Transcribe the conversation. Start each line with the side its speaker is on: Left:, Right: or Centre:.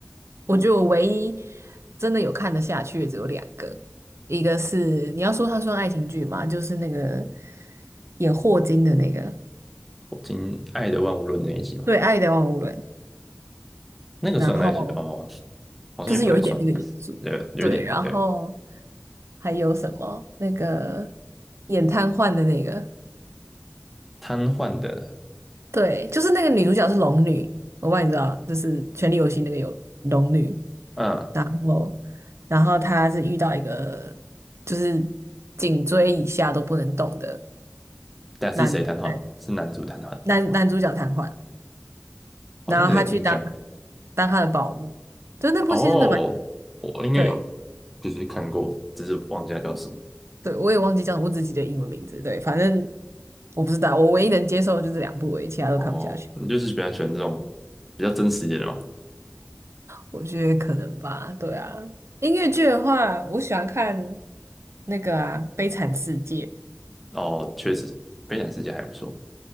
Right: 我觉得我唯一真的有看得下去的只有两个，一个是你要说它算爱情剧嘛，就是那个演霍金的那个
Centre: 我听《爱的万物论》那一集嘛，
Right: 《对爱的万物论》，
Centre: 那个算那一集哦，
Right: 然后
Centre: 好像也不太算，
Right: 就是有一点那个元素，
Centre: 有有一点对
Right: 对，然后还有什么那个演瘫痪的那个，
Centre: 瘫痪的，
Right: 对，就是那个女主角是龙女，我不知道你知道，就是《权力游戏》那个有龙女，
Centre: 嗯，
Right: 然后然后她是遇到一个就是颈椎以下都不能动的
Centre: 但是谁瘫痪？
Right: 男男
Centre: 是男主瘫痪，
Right: 男男主角瘫痪，
Centre: 好像有点印象。
Right: 然后她去当当他的保姆，就那部戏真的蛮
Centre: 哦，我应该有，
Right: 对
Centre: 就是看过，只是忘记它叫什么。
Right: 对，我也忘记叫什么我自己的英文名字，对，反正我不知道，我唯一能接受就是两部而已，其他都看不下去。
Centre: 哦，你就是比较喜欢这种比较真实一点的嘛？
Right: 我觉得可能吧，对啊。音乐剧的话，我喜欢看那个啊《悲惨世界》，
Centre: 哦，确实，悲惨世界还不错。